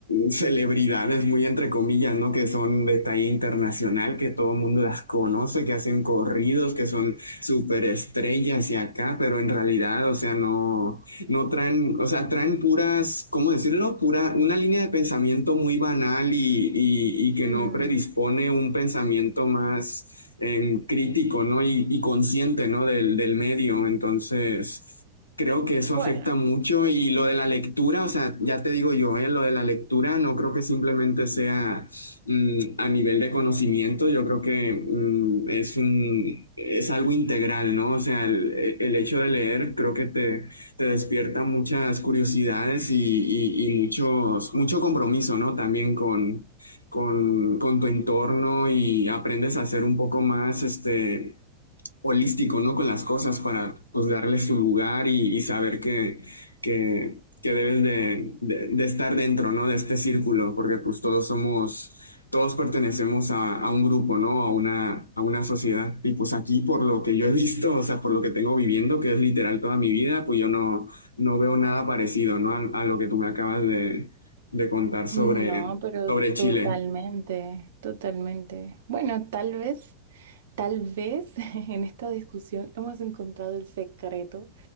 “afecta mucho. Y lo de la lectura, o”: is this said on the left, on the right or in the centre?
Left